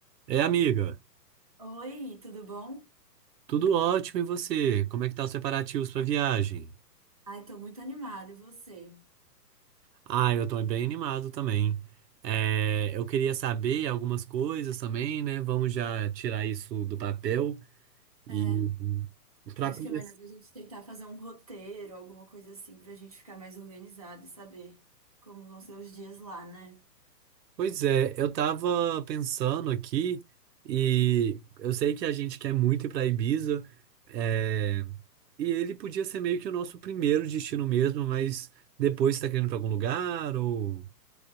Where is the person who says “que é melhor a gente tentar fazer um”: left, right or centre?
Right